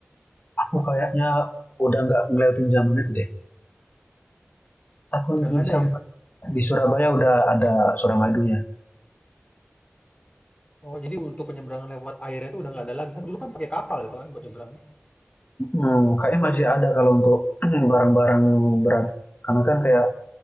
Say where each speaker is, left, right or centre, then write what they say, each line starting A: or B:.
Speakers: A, on the left; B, on the left.
A: aku kayaknya udah nggak ngeliatin zaman itu deh aku
B: Udah
A: di
B: nggak ada
A: Sam-
B: ya?
A: di Surabaya udah ada Suramadunya
B: Oh jadi untuk penyeberangan lewat airnya itu udah nggak ada lagi kan dulu kan pakai kapal itu kan buat nyebrangnya.
A: hmm, kayaknya masih ada kalau untuk <clears throat> barang-barang berat karena kan kayak